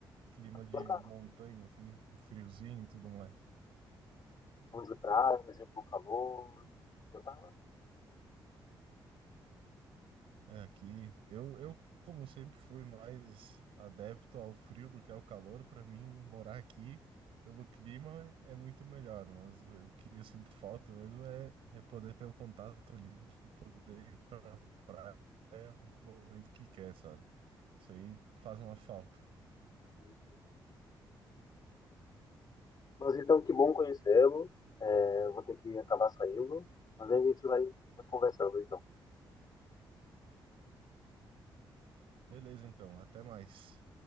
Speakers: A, on the right; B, on the left.
A: clima de
B: Gostava
A: montanha, assim, friozinho e tudo mais.
B: então de praia, de bom calor, gostava?
A: É aqui. Eu, eu, como sempre, fui mais adepto ao frio do que ao calor. Para mim, morar aqui pelo clima é muito melhor. Mas o que eu sinto falta mesmo é, é poder ter o contato ali, de poder ir pra praia no momento que quer, sabe? Isso aí faz uma falta.
B: Hum. Mas então, que bom conhecê-lo. É, vou ter que acabar saindo, mas aí a gente vai vai conversando, então.
A: Beleza, então. Até mais.